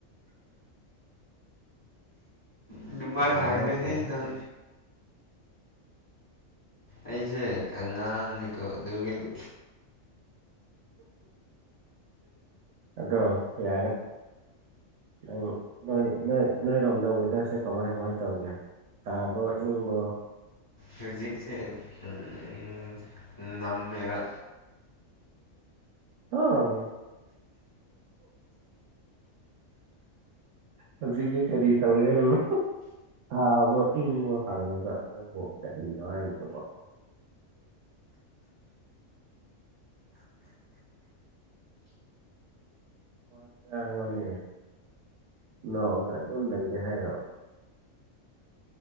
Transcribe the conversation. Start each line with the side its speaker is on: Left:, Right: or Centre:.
Left: ꯑꯗꯨꯃꯥꯏ
Right: ꯌꯥꯝ
Left: ꯍꯥꯏꯅꯣꯍꯦ
Right: ꯅꯣꯛꯄꯅꯤ
Left: ꯅꯪ ꯑꯩꯁꯦ ꯑꯉꯥꯡꯅꯤꯀꯣ ꯑꯗꯨꯒꯤꯅꯤ
Right: ꯑꯗꯣ ꯌꯥꯔꯦ꯫ ꯅꯪ ꯅꯣꯏ ꯅꯣꯏ ꯅꯣꯏꯔꯣꯝꯗ ꯋꯦꯗꯔꯁꯦ ꯀꯃꯥꯏ ꯀꯃꯥꯏ ꯇꯧꯒꯦ꯫ ꯁꯥꯕꯣ ꯏꯪꯕꯣ
Left: ꯇꯔꯦꯖꯤꯛꯁꯦ ꯎꯝ ꯅꯝꯃꯦꯕ꯫
Right: ꯍꯣ꯫ ꯍꯧꯖꯤꯛꯇꯤ ꯀꯔꯤ ꯇꯧꯔꯤ ꯍꯥꯏꯕ ꯁꯥꯕꯔꯣ ꯏꯪꯕꯔꯣ ꯍꯪꯉꯒ ꯅꯪꯕꯨ ꯀꯔꯤꯅꯣ ꯍꯥꯏꯔꯤꯗꯨꯕꯣ꯫ ꯋꯥ ꯉꯥꯡꯉꯣꯅꯦ ꯅꯣꯛꯑꯒ ꯑꯗꯨꯝ ꯂꯩꯒꯦ ꯍꯥꯏꯔꯣ꯫